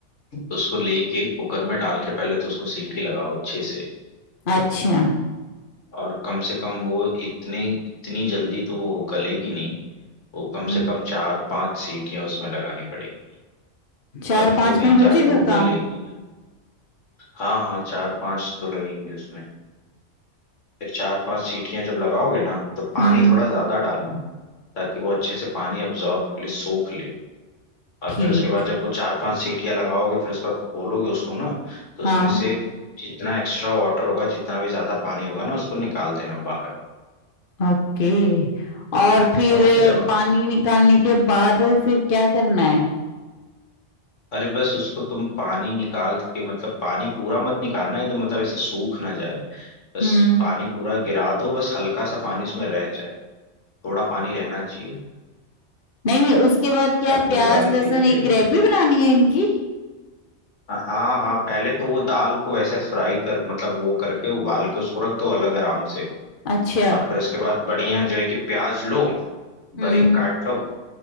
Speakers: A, on the left; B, on the left.
A: उसको लेके कुकर में डाल के पहले तो उसको सीटी लगाओ अच्छे से
B: अच्छा
A: और कम से कम वो इतनी इतनी जल्दी तो वो गलेगी नहीं वो कम
B: हम्म,
A: से कम चार पांच सीटियां उसमें लगानी पड़ेंगी
B: चार
A: तब
B: पांच
A: तो कहीं
B: में
A: जाके
B: हो जाएगा
A: वो
B: काम
A: गलेगी हाँ हाँ चार पांच तो लगेंगी उसमें फिर चार पांच सीटियां जब लगाओगे ना तो पानी
B: हम्म
A: थोड़ा ज्यादा डालना ताकि वो अच्छे से पानी अब्जॉर्ब कर ले सोख ले और
B: ठीक
A: फिर उसके बाद जब वो चार पांच सीटियां लगाओगे फिर उसके बाद खोलोगे उसको ना तो
B: हाँ
A: उसमें से जितना एक्स्ट्रा वाटर होगा जितना भी ज्यादा पानी होगा ना उसको निकाल देना बाहर
B: ओके और फिर
A: समझ रहे हो
B: पानी निकालने के बाद फिर क्या करना है
A: अरे बस उसको तुम पानी निकाल के मतलब पानी पूरा मत निकालना एकदम मतलब ऐसे सूख ना जाए बस
B: हम्म
A: पानी पूरा गिरा दो बस हल्का सा पानी उसमें रह जाए थोड़ा पानी रहना चाहिए
B: नहीं उसके बाद क्या
A: ताकि वो
B: प्याज
A: दाल
B: लहसुन
A: गीली रहे
B: एक ग्रेवी बनानी है इनकी
A: हाँ हाँ पहले तो वो दाल को ऐसे फ्राई कर मतलब वो करके उबाल के उसको रख दो अलग आराम से
B: अच्छा
A: और फिर उसके बाद बढ़िया जो है कि प्याज लो
B: हम्म
A: बारीक काट लो